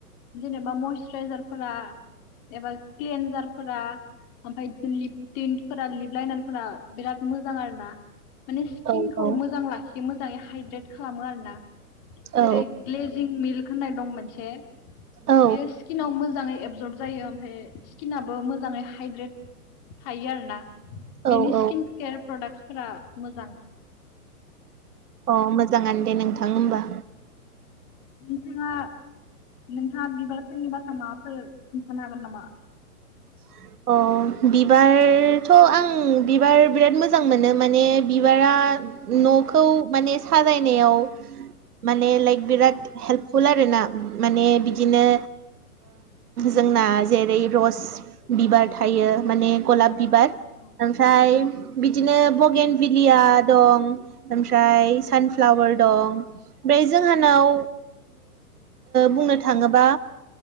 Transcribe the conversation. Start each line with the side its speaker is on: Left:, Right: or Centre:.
Left: जेनेबा मयसचराइजारफोरा एबा कलिनजारफोरा ओमफ्राय बि लिपडन्फोरा लिबलायनाफोरा बिराद मोजां आरो ना माने स्किनखौ
Right: औ औ
Left: मोजां लाखियो मोजाङै हाइद्रेट खालामो आरो ना
Right: औ
Left: जेरै ग्लेजिं मिल्क होननाय दं मोनसे
Right: औ
Left: बियो स्किनाव मोजाङै ए अबजर्ब जायो ओमफ्राय स्किनाबो मोजाङै हाइद्रेट थायो आर ना
Right: औ
Left: बेनि
Right: औ
Left: स्किन केयार प्रडाक्सफोरा मोजां
Right: अ मोजाङानो दे नोंथां होमबा
Left: नोंथाङा नोंथाङा बिबारफोरनि बाथ्रा माबाफोर खिन्थानो हागोन नामा
Right: <inaudible> अ बिबारथ' आं बिबार बिराद मोजां मोनो माने बिबारा न'खौ
Left: औ
Right: माने साजायनायाव माने लाइक बिराद हेल्पफुल आरोना माने बिदिनो जोंना जेरै रस बिबार थायो माने गलाब बिबार
Left: औ
Right: ओमफ्राय बिदिनो बगेन भिलिया दं ओमफ्राय सानफ्लावार दं ओमफ्राय जोंहानाव
Left: औ
Right: बुंनो थाङोबा